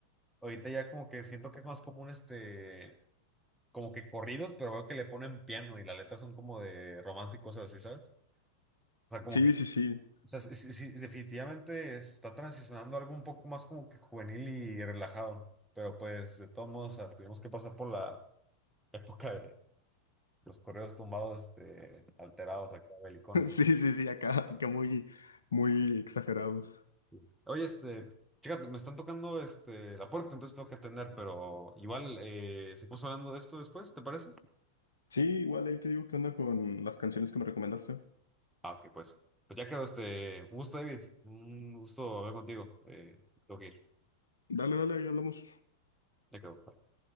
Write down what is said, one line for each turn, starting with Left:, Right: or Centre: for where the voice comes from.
Centre: ahorita ya como que siento que es más común, este como que corridos, pero veo que le ponen piano y la letra son como de romance y cosas así, ¿sabes? O sea, como
Left: Sí,
Centre: que,
Left: sí, sí.
Centre: o sea, sí, sí- sí, definitivamente está transicionando a algo un poco más como que juvenil y relajado, pero pues de todos modos, o sea, tuvimos que pasar por la época de los correos tumbados, este, alterados acá, belicones.
Left: <laughs> Sí, sí, sí, acá, acá muy, muy exagerados.
Centre: Sí. Oye, este, chécate, me están tocando este, la puerta, entonces tengo que atender, pero igual, eh, seguimos hablando de esto después, ¿te parece?
Left: Sí, igual ahí te digo qué onda con las canciones que me recomendaste.
Centre: Ah, ok, pues. Pues ya quedó este. Un gusto, David. Un gusto hablar contigo. Eh, tengo que ir.
Left: Dale, dale, ahí hablamos.
Centre: Ya quedó. Bye.